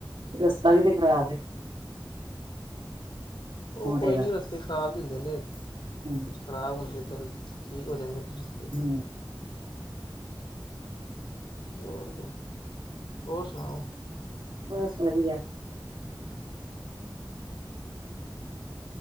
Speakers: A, on the right; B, on the left.
A: ਰਸਤਾ ਵੀ ਤੇ ਖ਼ਰਾਬ ਏ
B: ਉਹ
A: ਪੌਂਟੇ
B: ਕੋਈ
A: ਦਾ
B: ਨਹੀਂ ਰਸਤੇ ਖਰਾਬ ਵੀ ਹੁੰਦੇ ਨੇ
A: ਹੂੰ
B: ਕੁਛ ਖਰਾਬ ਹੁੰਦੇ ਚੱਲ ਠੀਕ ਹੋ ਜਾਂਦੇ ਨੇ ਰਸਤੇ
A: ਹੁ
B: ਹੋਰ ਹੋਰ ਸੁਣਾਓ
A: ਬਸ ਵਧੀਆ